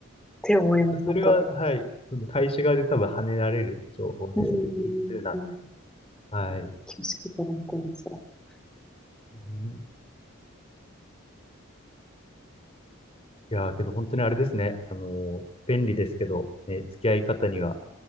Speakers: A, in the centre; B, on the left.
A: て思います、
B: それは、
A: 本当。
B: はい。その会社側で多分跳ねられる情報ですね。
A: うん。
B: P2 なんで。
A: うん
B: はい。
A: 気をつけたらみたいですわ。
B: うんいやー、けど本当にあれですね。あのー便利ですけど、ね、付き合い方には